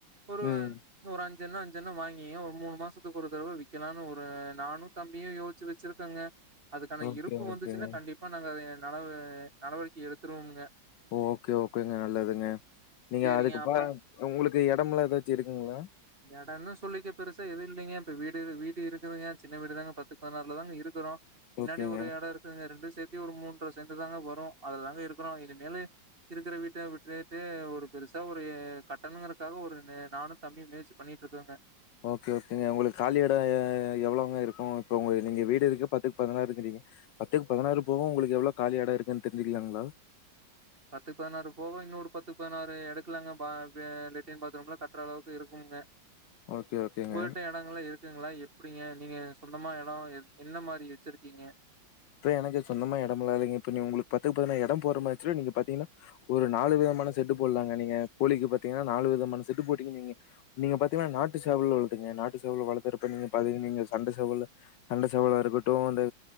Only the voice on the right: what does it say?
ஒரு
ஒரு அஞ் சி எண்ணோ அஞ்சி எண்ணோ வாங்கியு ஒரு மூணு மாசத்துக்கு ஒரு தடவ விக்கலான்னு ஒரு நானு தம்பியு யோசிச்சி வச்சிருக்கங்க அதுக்கான
இருப்பு வந்துச்சுன்னா
கண்டிப்பா நாங்க அத நடவ நடவடிக்கை எடுத்துருவோம்ங்க
சேரிங்க
அப்புறோ
எடன்னு சொல்லிக்க பெருசா எதுவு இல்லைங்க இப்ப வீடு வீடு இருக்குதுங்க சின்ன வீடுதாங்க பத்துக்கு பதினாறுலதாங்க இருக்குறோ பின்னாடி
ஒரு எடோ இருக்குதுங்க ரெண்டு சேத்தி ஒரு மூன்ற செண்டு தாங்க வரு அதுலதாங்க இருக்குறோ இனிமேலு இருக்குற வீட்ட விட்டுட்டு ஒரு பெருசா ஒரு கட்டணங்கறக்காக ஒரு நானு தம்பியு முயற்சி பண்ணிட்டு இருக்கோங்க
பத்துக்கு பதினாறு போக இன்னொரு பத்துக்கு பதினாறு எடுக்கலாங்க பா லெட்டின் பாத்ரூம்லா கட்டுற அளவுக்கு இருக்கும்ங்க
உங்ககிட்ட இடங்கள்லா இருக் குங்களா எப்டிங்க நீங்க சொந்தமா எடோ எது என்ன மாரி வச்சிருக்கீங்க